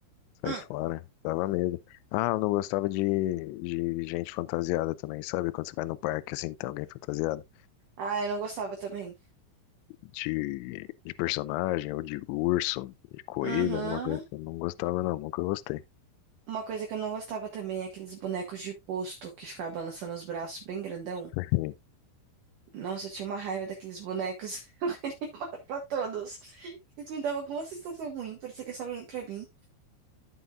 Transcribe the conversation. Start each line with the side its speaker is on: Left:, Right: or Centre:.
Left: sai
Right: Hum.
Left: fora. Dava medo. Ah, eu não gostava de, de gente fantasiada também, sabe? Quando você vai no parque, assim, tem alguém fantasiado.
Right: Ah, eu não gostava também.
Left: de, de personagem, ou de urso, de coelho,
Right: Uhum.
Left: alguma coisa que eu não gostava, não, nunca gostei.
Right: Uma coisa que eu não gostava também é aqueles bonecos de posto que ficava balançando os braços bem grandão.
Left: Enfim,
Right: Nossa, eu tinha uma raiva daqueles bonecos. <laughs> Eu queria matar pra todos. Eles me davam alguma sensação ruim, parecia que eles estavam olhando pra mim.